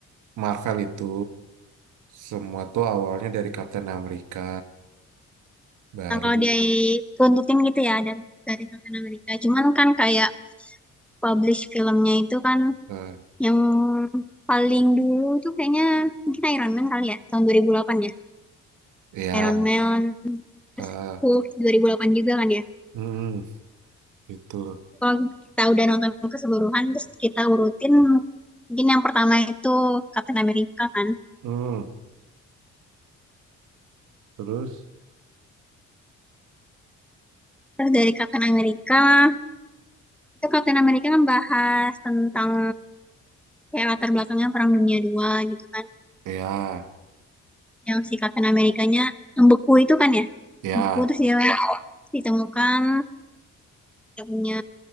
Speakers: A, on the right; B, in the centre.
A: Marvel itu semua tuh awalnya dari Kapten Amerika baru
B: Nah, kalau dia tuntutin gitu ya dari, dari Captain America. Cuman kan kayak publish filmnya itu kan
A: eh,
B: yang paling dulu tuh kayaknya mungkin Iron Man kali ya, tahun 2008 ya.
A: ya
B: Iron Man, terus
A: eh,
B: Hulk 2008 juga kan ya.
A: hmm, gitu
B: Kalau kita udah nonton keseluruhan, terus kita urutin mungkin yang pertama itu Captain America kan.
A: hmm. terus
B: Terus dari Captain America, itu Captain America kan bahas tentang kayak latar belakangnya Perang Dunia dua gitu kan.
A: ya
B: yang si Captain Amerikanya yang beku itu kan ya
A: ya
B: beku terus dia ditemukan dia punya